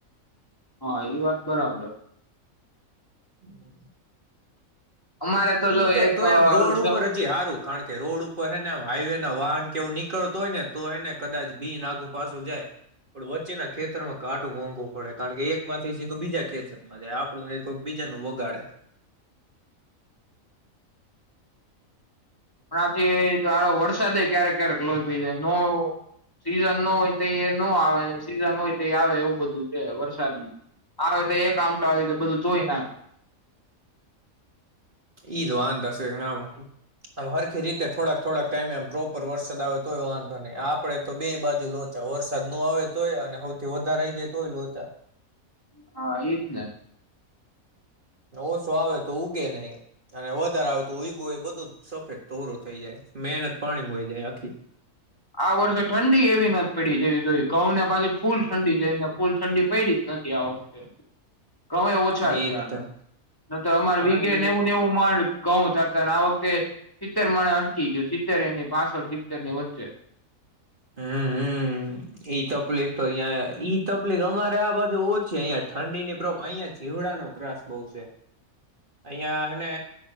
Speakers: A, on the left (about 15°); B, on the right (about 40°).
A: હા એ વાત બરાબર
B: <inaudible>
A: અમારે
B: ઈ
A: જો
B: તો
A: એક
B: તો
A: અ,
B: એમ રોડ
A: હમણાંથી
B: ઉપર હજી હારું કારણ કે રોડ ઉપર હને આમ હાઈવે ના વાહન કેવું નીકળતો હોય ને તો એને કદાચ બી નાગુ પાછું જાય પણ વચ્ચેના ખેતરમાં કાટું મોંઘવું પડે કારણ કે એક માંથી સીધું બીજા ખેતરમાં જાય આપણું ન કોઈક બીજાનું બગાડે
A: પણ આથી હારો વરસાદ એય ક્યારેક ક્યારેક લોહી પી જાય નો સીઝન નો હોય તો નો આવે સીઝન હોય તો એ આવે એવું બધું છે વરસાદ આવે તો એક આમટ આવી બધું ધોય નાખે
B: એઈજ વાંધાશેમ હરખી રીતે થોડાક થોડાક ટાઈમે આમ પ્રોપર વરસાદ આવે તોય વાંધો નહી આપડે તો બે બાજુ લોચા વરસાદ નો આવે તોય અને સૌથી વધારે આઈ જાય તોય લોચા
A: હા ઈજ ને
B: ઓછો આવે તો ઉગે ની અને વધારે આવે તો ઊંયગો એ બધું જ સફેદ તોરું થઈ જાય મહેનત પાણીઈ જાય આખી.
A: આ વર્ષે ઠંડી એવી નથી પડી જેવી જોઈ. કઉં ને પછી ફૂલ ઠંડી જઈને. ફૂલ ઠંડી પડીડી જ નથી આ વખતે. ઘવે ઓછા
B: એકદમ
A: થયા ન તો અમારે
B: ઠંડી
A: વિગે નેવું નેવું મણ ઘઉ થતા અને આ વખતે સિત્તેર મણે અટકી ગયું સિત્તેર એની પાસઠ સિત્તેર ની વચ્ચે.
B: હમ્મ હમ્મ ઈ તકલીફ તો અહિયાં ઈ તકલીફ અમારે આ બાજુ ઓછી અહી ઠંડીનીબ અહીંયા જીવડાનો ત્રાસ બહુ છે અહિયાંને